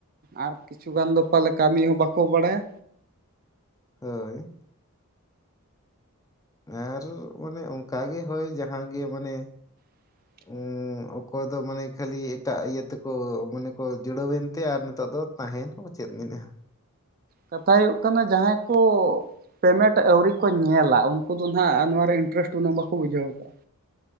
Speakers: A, on the right; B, on the left.
A: ᱟᱨ ᱠᱤᱪᱷᱩ ᱜᱟᱱ ᱫᱚ ᱯᱟᱞᱮ ᱠᱟᱹᱢᱤ ᱦᱚᱸ ᱵᱟᱠᱚ ᱵᱟᱲᱟᱭᱟ᱾
B: ᱦᱳᱭ᱾ ᱟᱨ ᱢᱟᱱᱮ ᱚᱱᱠᱟ ᱜᱮ ᱦᱳᱭ ᱡᱟᱦᱟᱸ ᱜᱮ ᱢᱟᱱᱮ,
A: <inaudible>
B: ᱩᱸ ᱚᱠᱚᱭ ᱫᱚ ᱢᱟᱱᱮ ᱠᱷᱟᱹᱞᱤ ᱮᱴᱟᱜ ᱤᱭᱟᱹ ᱛᱮᱠᱚ ᱢᱟᱱᱮ ᱠᱚ ᱡᱩᱲᱟᱹᱣᱮᱱᱛᱮ ᱟᱨ ᱱᱤᱛᱚᱜ ᱫᱚ ᱛᱟᱦᱮᱱ ᱪᱮᱫ ᱢᱮᱱᱟ ᱟ?
A: ᱠᱟᱛᱷᱟ ᱦᱩᱭᱩᱜ ᱠᱟᱱᱟ ᱡᱟᱦᱟᱸᱭ ᱠᱚ, ᱯᱮᱢᱮᱴ ᱟᱹᱣᱨᱤ ᱠᱚ ᱧᱮᱞᱟ ᱩᱱᱠᱩ ᱫᱚ ᱱᱟᱦᱟᱜ ᱱᱚᱣᱟᱨᱮ ᱤᱱᱴᱟᱨᱮᱥᱴ ᱩᱱᱟᱹᱜ ᱵᱟᱠᱚ ᱵᱩᱡᱷᱟᱹᱣ ᱠᱟᱫᱼᱟ᱾